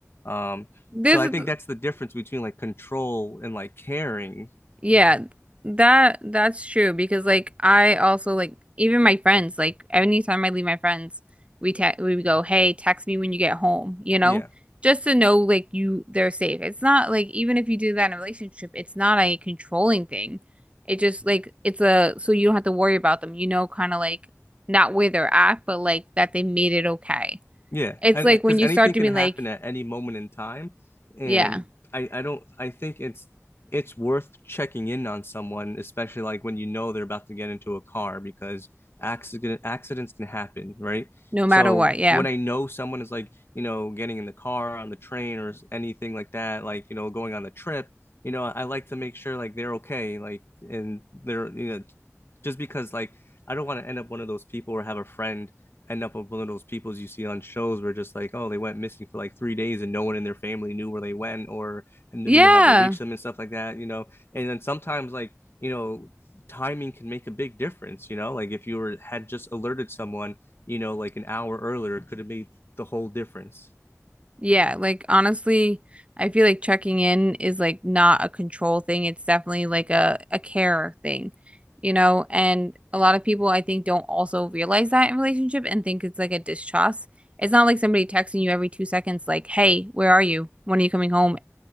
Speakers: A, on the left (about 50°); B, on the right (about 25°).
A: um
B: This,
A: so i think that's the difference between like control and like caring
B: yeah, that that's true because like I also like even my friends like anytime I leave my friends we te we would go hey text me when you get home you know
A: yeah
B: just to know like you they're safe. It's not like even if you do that in a relationship it's not a controlling thing. It just like it's a so you don't have to worry about them. You know, kind of like not where they're at, but like that they made it okay.
A: Yeah,
B: It's
A: and
B: like
A: because
B: when you
A: anything
B: start to
A: can
B: be
A: happen
B: like
A: at any moment in time, and
B: yeah,
A: I I don't I think it's it's worth checking in on someone, especially like when you know they're about to get into a car because accident accidents can happen, right?
B: no
A: So
B: matter what, yeah.
A: when I know someone is like, you know, getting in the car, on the train, or s- anything like that, like, you know, going on a trip, you know, I like to make sure like they're okay, like, and they're, you know, just because like I don't want to end up one of those people or have a friend end up with one of those peoples you see on shows where just like, oh, they went missing for like three days and no one in their family knew where they went or knew
B: Yeah.
A: how to reach them and stuff like that, you know. And then sometimes like, you know, timing can make a big difference, you know, like if you were had just alerted someone, you know, like an hour earlier, it could have made the whole difference.
B: Yeah. Like honestly, I feel like checking in is like not a control thing. It's definitely like a, a care thing, you know? And a lot of people I think don't also realize that in relationship and think it's like a distrust. It's not like somebody texting you every two seconds like, "Hey, where are you? When are you coming home?"